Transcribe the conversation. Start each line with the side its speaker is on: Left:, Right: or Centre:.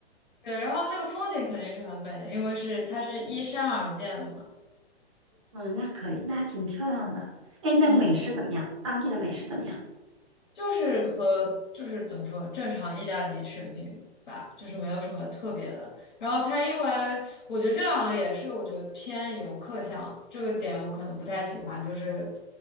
Left: 对，然后那个风景肯定是很美的，因为是它是依山而建的嘛，
Right: 嗯，那可以，那还挺漂亮的。哎，那个美食怎么样？
Left: 嗯。
Right: 当地的美食怎么样？
Left: 就是和就是怎么说正常意大利水平吧，就是没有什么特别的。然后它因为我觉得这两个也是我觉得偏游客向这个点，我可能不太喜欢。就是